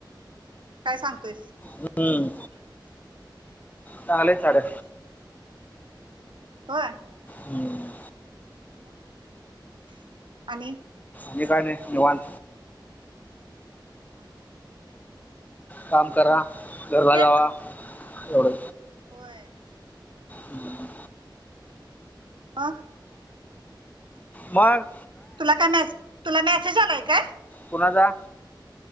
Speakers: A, on the right; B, on the left.
A: काय सांगतोयस
B: हम्म चांगल्या आहेत साड्या
A: व्हय
B: हम्म
A: म आणि
B: आणि काय नाही निवांत
A: हा
B: काम करा घरला
A: तेच
B: जावा एवढं
A: होय
B: हम्म
A: वा
B: मग
A: तुला काय म तुला मेसेज आलाय काय
B: कोणाचा